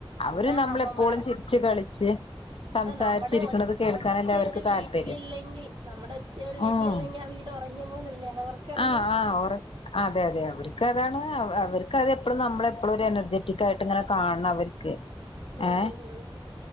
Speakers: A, on the left (about 80°); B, on the right (about 65°).
A: അവര്
B: അതാ
A: നമ്മളെപ്പോഴും
B: അമ്മമാറ്
A: ചിരിച്ച് കളിച്ച് സംസാരിച്ചിരിക്കണത്
B: അതാ നമ്മുടെ
A: കേൾക്കാനല്ലേ
B: ഒച്ച
A: അവർക്ക്
B: ഒരു വീട്ടില
A: താല്പര്യം
B: ഇല്ലെങ്കിൽ നമ്മുടെ ഒച്ച ഒരു വീട്ടിലല്ലെങ്കി
A: ഉം
B: ആ വീട് ഒ പഞ്ഞി പോലല്ലേ അതവർക്കറിയാം
A: ആഹ് ആഹ് ഒറ അതെ അതെ അവര്ക്ക് അതാണ് അവര്ക്ക് അതെ ഇപ്പോും നമ്മള എപ്പോളുംഒരു എനർജെറ്റിായിയി് ഇങ്ങനെ കാണണം അവർക്ക്
B: ഉം
A: ഏ
B: ഉം ഉം